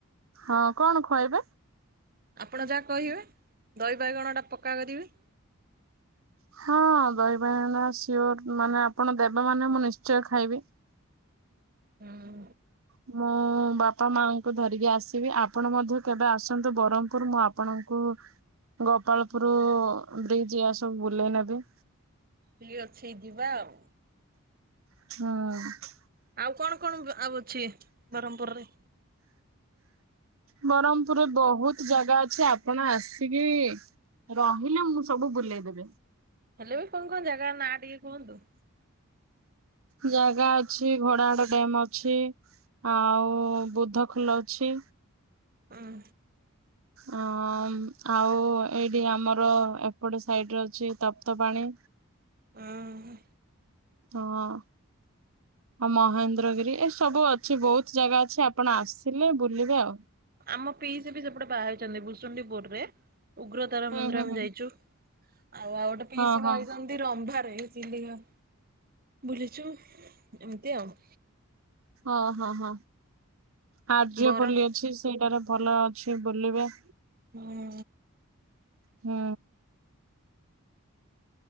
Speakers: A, on the right; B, on the right.
A: ହଁ କଣ ଖୁଆଇବେ
B: ଆପଣ ଯାହା କହିବେ ଦହି ବାଇଗଣଟା ପକ୍କା କରିବେ
A: ହଁ ଦହିବାଇ ସିଓ <unintelligible> ମାନେ ଆପଣ ଦେବେ ମାନେ ମୁଁ ନିଶ୍ଚୟ ଖାଇବି
B: ହଁ
A: ହ <inaudible> ମୁଁ ବାପା ମାଙ୍କୁ ଧରିକି ଆସିବି ଆପଣ ମଧ୍ୟ କେବେ ଆସନ୍ତୁ ବ୍ରହ୍ମପୁର ମୁଁ ଆପଣଙ୍କୁ ଗୋପାଳପୁର ବ୍ରିଜ୍‌ ଏରା ସବୁ ବୁଲେଇ ନେବି
B: ଠିକ୍ ଅଛି ଯିବା ଆଉ
A: ହୁଁ
B: ଆଉ କଣ କଣ ଆଉ ଅଛି ବ୍ରହ୍ମପୁରରେ?
A: ବ୍ରହ୍ମପୁରରେ ବହୁତ ଜାଗା ଅଛି ଆପଣ ଆସିକି ରହିଲେ ମୁଁ ସବୁ ବୁଲେଇଦେବି
B: ହେଲେ ବି କଣ କଣ ଜାଗା ନା ଟିକେ କୁହନ୍ତୁ
A: ଜାଗା ଅଛି ଘଡାହାଡ ଡ୍ୟମ୍ ଅଛି ଆଉ ବୁଧ ଫୁଲ <unintelligible> ଅଛି
B: ହଁ
A: ଅ ଆଉ ଏଇଠି ଆମର ଏପଟେ ସାଇଟି ରେ ଅଛି ତପ୍ତ ପାଣି
B: ହଁ
A: ହଁ ଏ ମହେନ୍ଦ୍ରଗିରି ଏ ସବୁ ଅଛି ବହୁତୁ ଜାଗା ଅଛି ଆପଣ ଆସିଲେ ବୁଲିବେ ଆଉ।
B: ଆମ ପିଇସି ବି ସେପଟେ ବାହା ହେଇଛନ୍ତି ଭୁସୁଣ୍ଡି ପୁରୁ ରେ ଉଗ୍ରତାରା
A: ହୁଁ
B: ମନ୍ଦିର
A: ହୁଁ
B: ଆମେ
A: ହୁଁ।
B: ଯାଇଛୁ ଆଉ ଆଉ ଗୋଟେ ପିଇସି
A: ହଁ ହଁ।
B: ବାହା ହେଇଛନ୍ତି ରମ୍ଭାରୋ ଚିଲିକା ବୁଲୁଛୁ ଏମତି ଆଉ
A: ଓଁ ହଁ ହଁ ଆଯ୍ୟପଲି
B: ବର
A: ଅଛି ସେଇଟାରେ ଭଲ ଅଛି ବୁଲିବ
B: ହଁ।
A: ହୁଁ।